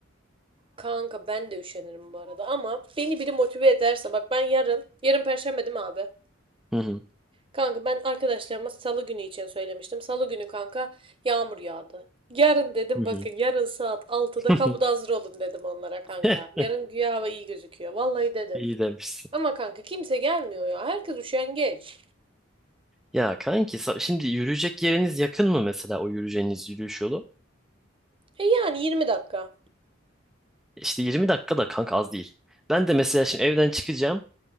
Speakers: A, on the right; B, in the centre.
A: Kanka ben de üşenirim bu arada ama beni biri motive ederse bak ben yarın yarın Perşembe değil mi abi?
B: Hı hı.
A: Kanka ben arkadaşlarıma Salı günü için söylemiştim. Salı günü kanka yağmur yağdı. Yarın dedim
B: Hı
A: bakın
B: hı.
A: yarın saat altıda
B: <laughs>
A: kapıda hazır olun dedim onlara kanka.
B: <laughs>
A: Yarın
B: Heh,
A: güya hava iyi gözüküyor. Vallahi dedim.
B: iyi demişsin.
A: Ama kanka kimse gelmiyor ya. Herkes üşengeç.
B: Ya kanki sa- şimdi yürüyecek yeriniz yakın mı mesela o yürüyeceğiniz yürüyüş yolu?
A: E yani 20 dakika.
B: İşte 20 dakika da kanka az değil. Ben de mesela şimdi evden çıkacağım.